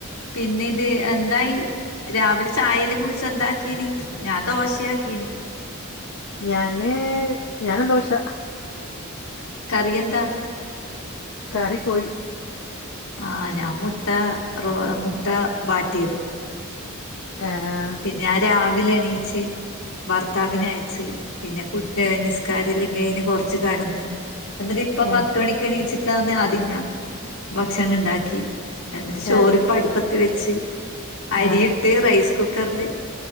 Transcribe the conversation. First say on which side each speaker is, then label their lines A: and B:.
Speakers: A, on the left; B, on the left.
A: പിന്നെത് എന്തായി രാവിലെ ചായല്ലം കുടിച്ച് എന്താക്കീന് ഞാൻ ദോശയാക്കീന്
B: ഞാന് ഞാനുംദോശ
A: കറിയ ന്താ
B: കറി കോയി
A: ആഹ് ഞാൻ മുട്ട റോ മുട്ട വാട്ടിയത്
B: ഏഹ് ആഹ്
A: ഞാൻ രാവിലെ എണീച്ച് ഭർത്താവിനെ
B: ആഹ്
A: അയച്ച് പിന്നെ കുട്ടെ നിസ്കാരല്ലം കയിഞ്ഞ് കൊറച്ച് കടന്ന് എന്നിട്ട് ഇപ്പ
B: ആഹ്
A: പത്തുമണിക്ക് എണീച്ചി ത്ത വന്ന ആദ്യം ഞാ ഭക്ഷണം ണ്ടാക്കി എന്നിട്ട് ചോറിപ്പ
B: ആഹ്
A: അടുപ്പത്തി വെച്ച് അരിയിട്ട്
B: ആഹ്
A: റൈസ് കുക്കറ്ല്